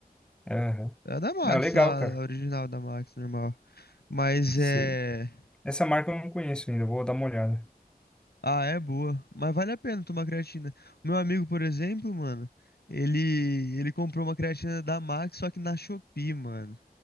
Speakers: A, in the centre; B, on the left (about 75°).
A: Aham.
B: A da Max
A: Não, legal,
B: lá,
A: cara.
B: a original da Max, normal. Mas
A: Sei.
B: é.
A: Essa marca eu não conheço ainda, eu vou dar uma olhada.
B: Ah, é boa. Mas vale a pena tomar creatina. O meu amigo, por exemplo, mano, ele, ele comprou uma creatina da Max, só que na Shopee, mano.